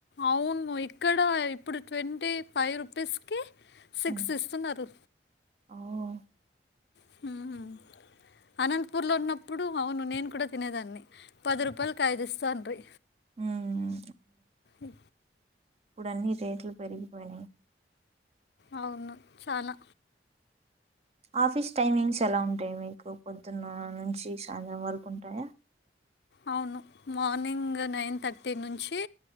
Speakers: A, on the left; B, on the right.
A: అవును ఇక్కడ ఇప్పుడు ట్వంటీ ఫై రుపీస్కి సిక్స్
B: హ్మ్.
A: ఇస్తున్నరు
B: ఓహ్!
A: హుమ్ అనంతపూర్ లో ఉన్నప్పుడు అవును నేను కూడా తినేదాన్ని. పది రూపాయల్కి ఐదిస్తాండ్రి.
B: హ్మ్.
A: ఉ
B: ఇప్పుడన్ని రేట్లు పెరిగిపోయినయ్
A: అవును చాలా
B: ఆఫీస్ టైమింగ్స్ ఎలా ఉంటాయి మీకు పొద్దున్నా నుంచి సాయంత్రం వరకు ఉంటాయా
A: అవును మార్నింగ్ నైన్ థర్టీ నుంచి